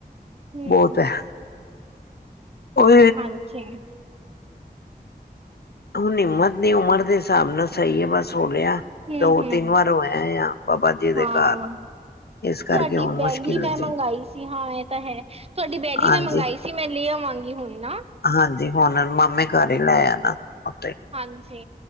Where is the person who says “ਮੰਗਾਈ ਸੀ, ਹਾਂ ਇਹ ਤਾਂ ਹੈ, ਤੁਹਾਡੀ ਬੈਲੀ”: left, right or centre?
Right